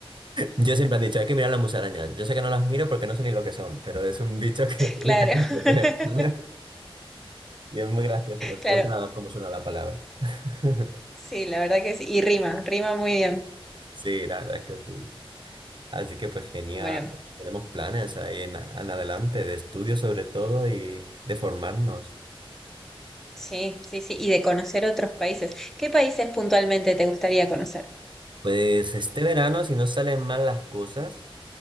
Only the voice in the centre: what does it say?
Claro,
<laughs>
claro,
sí, la verdad que sí. Y rima, rima muy bien.
Bueno,
sí, sí, sí. Y de conocer otros países. ¿Qué países puntualmente te gustaría conocer?